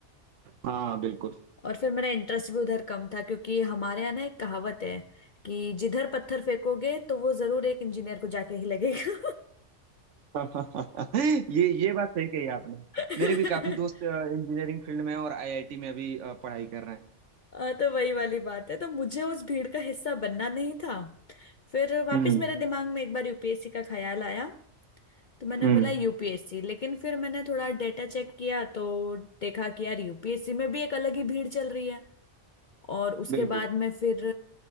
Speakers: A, on the right; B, on the left.
A: हाँ बिल्कुल
B: और फिर मेरा इंटरेस्ट भी उधर कम था क्योंकि हमारे यहाँ ना एक कहावत है कि जिधर पत्थर फेंकोगे तो वो जरूर एक इंजीनियर को जाके ही लगेगा
A: <laughs> ये ये बात सही कही आपने
B: <laughs>
A: मेरे भी काफी दोस्त इंजीनियरिंग फील्ड में हैं और आईआईटी में अभी अ, पढ़ाई कर रहे हैं
B: आ, तो वही वाली बात है तो मुझे उस भीड़ का हिस्सा बनना नहीं था फिर वापस
A: हम्म
B: मेरे दिमाग में एक बार यूपीएससी का ख्याल आया तो मैंने
A: हम्म
B: बोला यूपीएससी लेकिन फिर मैंने थोड़ा डेटा चेक किया तो देखा कि यार यूपीएससी में भी एक अलग ही भीड़ चल रही है और उसके
A: बिल्कुल
B: बाद में फिर